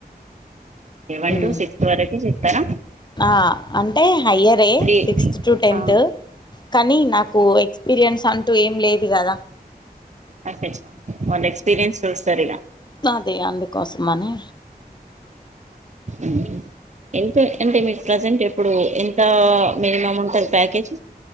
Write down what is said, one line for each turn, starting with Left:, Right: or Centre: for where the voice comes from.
Right: seven
Left: um,
Right: to six వరకి చెప్తారా
Left: ఆ అంటే హయ్యరే
Right: త్రీ
Left: సిక్స్ టు టెన్త్
Right: ఆ,
Left: కానీ నాకు ఎక్స్పీరియన్స్ అంటూ టు ఏం లేదు కదా
Right: అంతే ఇష్టం ఎక్స్పీరియన్స్ చూస్తారు ఇలా
Left: అదే అందుకోసమనీ
Right: ఉ ఎంత అంటే మీకు ప్రజెంట్ ఎప్పుడు ఎంత మినిమం ఉంటంది ప్యాకేజ్